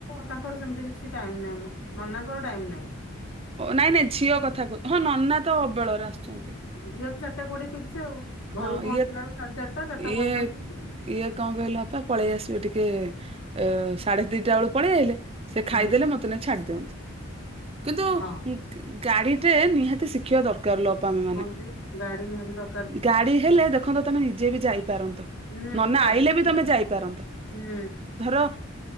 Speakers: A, on the left; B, on the right.
A: ତାଙ୍କର ସେମିତି କିଛି ଟାଇ ନାହିଁ ମଁ ନନାଙ୍କର ଟାଇମ ନାହିଁ।
B: ଓ ନାଇଁ ନାଇଁ ଝିଅ କଥା କହୁ ହଁ ନନା ତ ଅବେଳରେ ଆସୁଛନ୍ତି।
A: ଝିଅର ଚାରିଟା କୋଡିଏ ଫିକ୍ସ ଆଉ ଘରକୁ
B: ହଁ
A: ପହଞ୍ଚିଲା
B: ଇଏ
A: ବେଳେ ସାଢେ ଚାରିଟା ଟା ଚାରିଟା
B: ଇଏ
A: ପଇଁଚାଳିଶି ଆ
B: ଇଏ କଣ କହିଲା? ବାପା ପଳେଇ ଆସିବେ ଟିକେ ଏ ସାଢେ ଦିଟା ବେଳକୁ ପଳେଇ ଆଇଲେ ସେ
A: ହୁଁ
B: ଖାଇଦେଲେ ମୋତେ ତ - ଛାଡି ଦିଅନ୍ତୁ କିନ୍ତୁ
A: ହଁ
B: ଗାଡିଟେ ନିହାତି ଶିଖିବା ଦରକା- <unintelligible> ମାନେ
A: ହଁ ଯେ ଗାଡି ନିହାତି ଦର-
B: ଗାଡି ହେଲେ ଦେଖନ୍ତ ତମେ ନିଜେ ବି ଯାଇପାରନ୍ତ।
A: ହୁଁ
B: ନନା
A: ଚାରିଟା
B: ଆଇଲେ
A: ବେଳେ
B: ବି
A: ଯାଇଥିଲି।
B: ତମେ ଯାଇପାରନ୍ତ।
A: ହୁଁ
B: ଧର